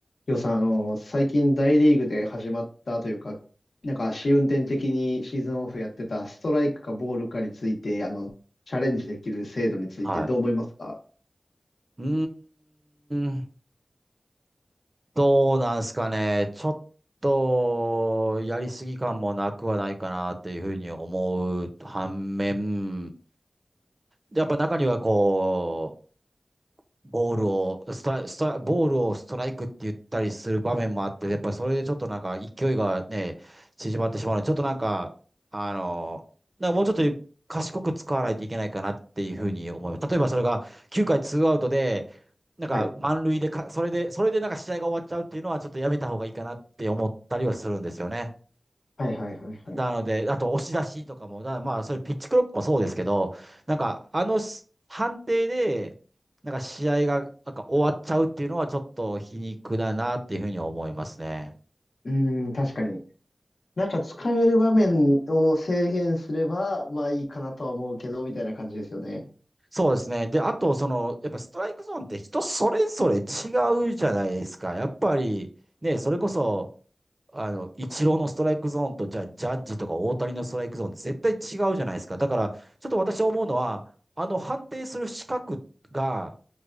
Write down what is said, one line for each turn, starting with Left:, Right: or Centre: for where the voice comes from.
Left: りょうさん、あの、最近大リーグで始まったというか、なんか試運転的にシーズンオフやってたストライクかボールかについて、あの、チャレンジできる制度についてどう思いますか
Right: はい。うーん、どうなんすかね。ちょっと、やりすぎ感もなくはないかなっていうふうに思う反面、やっぱ中にはこう、ボールを、ストライ、ストライ、ボールをストライクって言ったりする場面もあって、やっぱりそれでちょっとなんか勢いがね、縮まってしまうので、ちょっとなんか、あの、なんかもうちょっと賢く使わないといけないかなっていうふうに思います。例えばそれが9回ツーアウトで、なんか満塁でか、
Left: はい。
Right: それで、それでなんか試合が終わっちゃうっていうのはちょっとやめた方がいいかなって思ったりはするんですよね。
Left: はいはいはいはい。
Right: なので、あと押し出しとかも、だからまあ、それピッチクロックもそうですけど、なんか、あのし判定で、なんか試合がなんか終わっちゃうっていうのはちょっと皮肉だなっていうふうに思いますね。
Left: うーん、確かに。なんか使える場面を制限すれば、まあいいかなとは思うけど、みたいな感じですよね。
Right: そうですね。で、あと、その、やっぱストライクゾーンって人それぞれ違うじゃないですか。やっぱり、ね、それこそ、あの、イチローのストライクゾーンと、じゃあ、ジャッジとか大谷のストライクゾーンって絶対違うじゃないですか。だから、ちょっと私思うのは、あの判定する資格が、